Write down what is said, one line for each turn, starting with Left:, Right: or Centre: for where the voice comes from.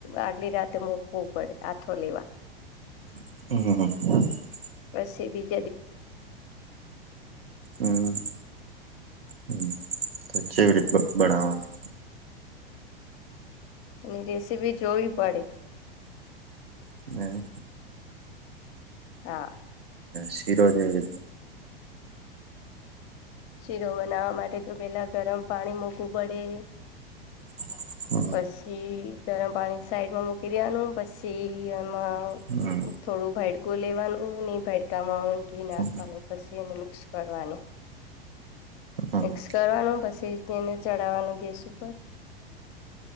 Left: આગલી રાતે મુકવું પડે આાથો લેવા.
Right: હ.
Left: પછી બીજ.
Right: હમ હમ. કેવી રીત બનાવાની
Left: એની રેસીપી જોવી પડે.
Right: હમ.
Left: હા.
Right: શિરોજધ
Left: શીરો બનાવવા માટે તો પેલા ગરમ પાણી મૂકવું પડે
Right: <unintelligible>
Left: પછી ગરમ પાણી સાઈડમાં મૂકી દેવાનું પછી એમાં
Right: હમ
Left: થોડું ભાડકું લેવાનું ને ભાડકામાં ઘી નાખવાનું
Right: હમ
Left: પછીને મિક્સ. કરવાનું.
Right: હમ હમ
Left: મિક્સ
Right: હમ
Left: કરવાનું પછીને ચઢાવવાનું ગેસ ઉપર